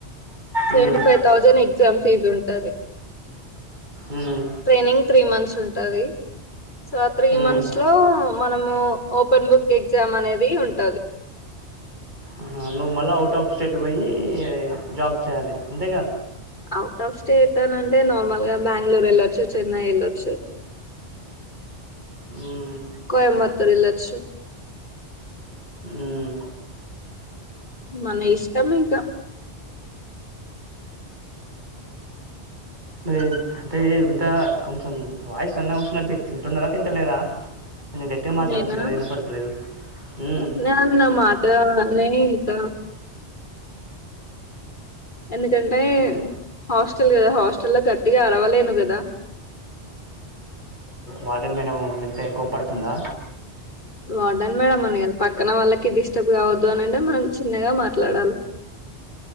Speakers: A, on the left (about 45°); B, on the right (about 45°).
A: సెవెంటీ
B: మ్మ్,
A: ఫైవ్ థౌజండ్ ఎగ్ ఎగ్జామ్ ఫీజ్ ఉంటంది
B: మ్మ్,
A: ట్రైనింగ్ త్రీ మంత్స్ ఉంటాది సో ఆ త్రీ
B: మ్మ్.
A: మంత్స్ లో మనము ఓపెన్ బుక్ ఎగ్జామ్ అనేది ఉంటది
B: ఆహా, నువ్వు మళ్ళా అవుట్ ఆఫ్ స్టేట్ పోయి జాబ్ చేయాలి అంతేగా
A: అవుట్ హౌస్ స్టేట్ అని అంటే నార్మల్ గా బెంగళూరు వెళ్లొచ్చు చెన్నై వెళ్లొచ్చు
B: మ్మ్,
A: కోయంబత్తూర్ వెళ్లొచ్చు
B: మ్మ్.
A: మన ఇష్టం ఇంకా
B: మరి అంటే ఇంత కొంచెం వాయిస్ సన్నాగ వస్తుంది తింటున్నారా తింటలేరా కొంచెం గట్టిగా మాట్లాడొచ్చు
A: నేనా
B: కదా వినపడతలేదు. హ్మ్.
A: న <unintelligible> న్న మాటలే లేయిత ఎందుకంటే
B: అదే
A: హాస్టల్ కదా హాస్టల్ లో గట్టిగా అరవలేను కదా
B: వాటని మేనము వింటే కోప్పడుతుందా
A: వాడన్ మేడం అనదా పక్కన వాళ్ళకి డిస్టర్బ్ కావద్దు అనింటే మనం చిన్నగా మాట్లాడాలి